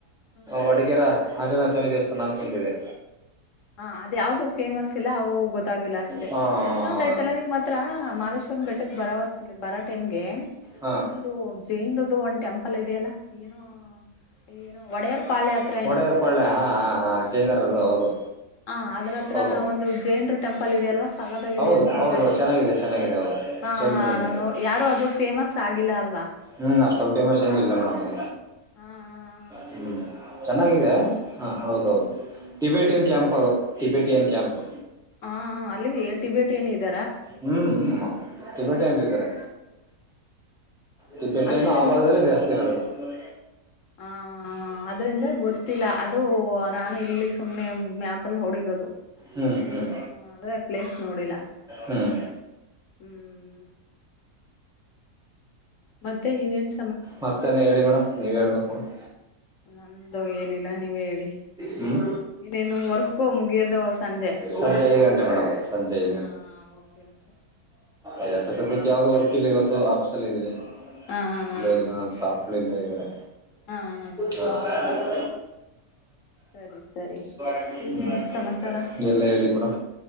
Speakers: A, on the left; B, in the centre.
A: ಹ್ಮ್
B: ವಡಿಗೆೇರ ಆಂಜನೇಯ ಸ್ವಾಮಿ ದೇವಸ್ಥಾನ ಅಂತಂದಿದೆ
A: ಹಾ ಅದ ಯಾವ್ದು ಫೇಮಸ್ ಇಲ್ಲ ಅವು ಗೊತ್ತಾಗಿಲ್ಲ ಅಷ್ಟೆ
B: ಹಾಂ
A: ಇನ್ನೊಂದ ಆಯ್ತಲ್ಲ ನಿಮ್ ಮಾತ್ರ ಮಾ್ ಬೆಟ್ಟಕ್ ಬರ ಬರ ಟೈಮ್ಗೆ
B: ಹಾಂ
A: ಇನ್ನೊಂದು ಜೈನ್ ಇದು ಒಂದು್ ಟೆಂಪಲ್ ಇೆಯ ಅಲ್ಲ ಏನೋ ್ಯಏನೋ ಒಡೆಯಾರ್ ಪಾಳ ಯಾತ್ರ ಏನೋ
B: ಒಡೆಯರ್ ಪಾಳ್ಯ ಹಾಂ ಹಾಂ ಹಾಂ ಜೈನರದು ಹೌದು
A: ಹ ಅದ್ರತ್ರ
B: ಹೌದು
A: ಒಂದು ಜೈನ್ರು ಟೆಂಪಲ್ ಇದೆಯಲ್ವಾ ತಕತಾಗಿದೆ
B: ಹೌದು
A: ಅಂತ
B: ಹೌದು
A: ಅಂತಾರೆ
B: ಚೆನ್ನಾಗಿದೆ ಚೆನ್ನಾಗಿದೆ ಹೌದು
A: ನ
B: ಜೈನರದ್ದು ಒಂದಿದೆ
A: ನೋ ಯಾರು ಅದು ಫೇಮಸ್ ಆಗಿಲ್ಲ ಅಲ್ವಾ
B: ಹ್ಮ್ ಅಷ್ಟೊಂದು ಮೇಶಷ ಏ ಇಿಲ್ಲ ಮೇಡಮ್ಗೆ
A: ಹಾ ಹ್ಮ
B: ಹ್ಮ್ ಚೆನ್ನಾಗಿದೆ ಹ ಹೌದೌದು ಟಿಬೆಟಿನ್ ಕ್ಯಾಂಪ್ ಟಬೆಟ ಟಿಯನ್ ಕ್ಯಾಂಪ್ು
A: ಹಾ ಅಲ್ಲಿಗೆ ಟಿಬೇಟಿ ಏನ ಇದ
B: ಹ್ಮ್್ಮ ತಿಟಿಪೇಟೆ ಅನ್ರುಾರೆ ತಿಟಿಪೇಟೆನ್ನು
A: ಅಲ್ಲಿ
B: ಆ ಭಾಗದಲ್ಲೇ ಜಾಸ್ತಿ ಇರೋದು ಬರ
A: ಹ ಅದ್ರಿಂದ ಗೊತ್ತಿಲ್ಲ ಅದು ನಾನು ಇಲ್ಲಿಗ್ ಸುಮ್ನೆ ಮ್ಯಾಪಲ್ಲಿ ನೋಡಿರೋದು
B: ಹ್ಮ್ ಹ್ಮ್
A: ಆದ್ರೆ ಪ್ಲೇಸ್ ನೋಡಿಲ್ಲ
B: ಹ್ಮ್
A: ಹ್ಮ್ ಮತ್ತೆ ಇನೇನ್
B: ಮತ್ತನ ಹೇಳಿ ಮೇಡಮ್ ನೀವ ಹೇಳ್ಬೇಕು ಮೇಡಮ್
A: ನಂದು ಏನಿಲ್ಲ ನೀವ್ ಹೇಳಿ
B: ಹ್ಮ್
A: ಇನ್ನೇನು ವರ್ಕು ಮುಗಿಯೋದು ಸಂಜೆ
B: ಸದ ಈಗ ಣ ಸಂಜಯ
A: ಹಾ ಓಕೆ ಓಕೆ
B: ಐದಂಟ ಸದ್ಯಕ್ಕೆ ಯಾವ್ದೋ ವರ್ಕ್ ಇಲ್ಲಿ ಗೊತ್ತು ಆಫೀಸಲ್ಲಿ ಇದೀವಿ
A: ಹಾ ಹಾ ಹಾ
B: ಇಲ್ಲ ಹೋಗಿಲ್ಲ ನಮ್ ಸಾಪ್ಗಳಿಲ್ಲ ಇದ್ರೆ
A: ಹಾ ಹಾ
B: ಹ
A: ಸರಿ ಸರಿ
B: ಹ್ಮ
A: ಇನ್ನೇನು ಸಮಾಚಾರ
B: ಎಲ್ಲ ಹೇಳಿ ಮೇಡಮ